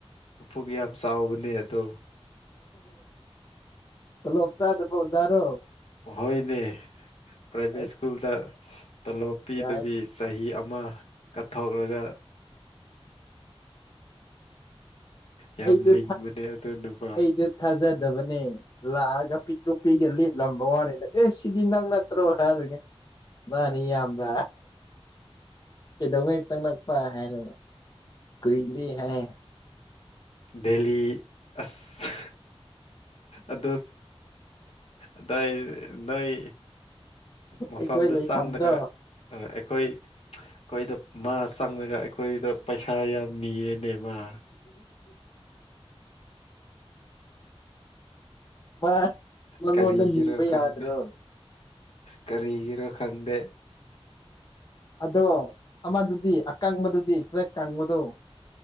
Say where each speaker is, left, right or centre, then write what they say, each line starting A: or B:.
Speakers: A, on the left; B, on the left.
A: ꯄꯨꯛ ꯌꯥꯝ ꯆꯥꯎꯕꯅꯦ ꯑꯗꯣ
B: ꯂꯣ ꯎꯞ ꯆꯥꯗ ꯐꯣꯖꯥꯔꯣ
A: ꯍꯣꯏꯅꯦ ꯄ꯭ꯔꯥꯏꯚꯦꯠ
B: ꯑꯁ
A: ꯁ꯭ꯀꯨꯜꯗ ꯇꯂꯣꯞ ꯄꯤꯗꯕꯤ
B: ꯌꯥꯏ
A: ꯆꯍꯤ ꯑꯃ ꯀꯠꯊꯣꯛꯔꯒ ꯌꯥꯝ
B: ꯑꯩꯁꯨ
A: ꯂꯤꯡꯕꯅꯦ ꯑꯗꯨ ꯅꯨꯄꯥ
B: ꯑꯩꯁꯨꯦ ꯊꯥꯖꯗꯕꯅꯦ ꯂꯥꯛꯑꯒ ꯄꯤꯛꯇ꯭ꯔꯣ ꯄꯄꯤꯒ ꯂꯤꯞꯂꯝꯕ ꯋꯥꯅꯤꯗ ꯑꯦ ꯁꯤꯗꯤ ꯅꯪ ꯅꯠꯇ꯭ꯔꯣ ꯍꯥꯏꯔꯒꯦ ꯃꯥꯅꯤ ꯃꯤ ꯌꯥꯝꯕ ꯀꯩꯗꯧꯉꯩ ꯇꯪꯂꯛꯄ ꯍꯥꯏꯔꯅ ꯀꯣꯏꯒꯤ ꯍꯥꯏ
A: ꯗꯦꯂꯤ ꯑꯁ ꯑꯗꯨ ꯑꯗꯥꯏ ꯅꯣꯏ ꯃꯐꯝꯗꯨ
B: ꯑꯩꯈꯣꯏ ꯂꯩꯐꯝꯗꯣ
A: ꯆꯪꯂꯒ ꯑꯩꯈꯣꯏ ꯑꯩꯈꯣꯏꯗ ꯃꯥ ꯆꯪꯉꯒ ꯑꯩꯈꯣꯏꯗ ꯄꯩꯁꯥ ꯌꯥꯝ ꯅꯤꯌꯦꯅꯦꯕ ꯋꯥ
B: ꯃꯥ ꯃꯉꯣꯟꯗ
A: ꯀꯔꯤꯒꯤꯔꯣ
B: ꯅꯤꯕ
A: ꯈꯪꯗꯦ
B: ꯌꯥꯗ꯭ꯔꯣ
A: ꯀꯔꯤꯒꯤꯔꯣ ꯈꯪꯗꯦ
B: ꯑꯗꯣ ꯑꯃꯗꯨꯗꯤ ꯑꯀꯥꯡꯕꯗꯨꯗꯤ ꯈꯔꯦꯛ ꯀꯥꯡꯥꯡꯕꯗꯣ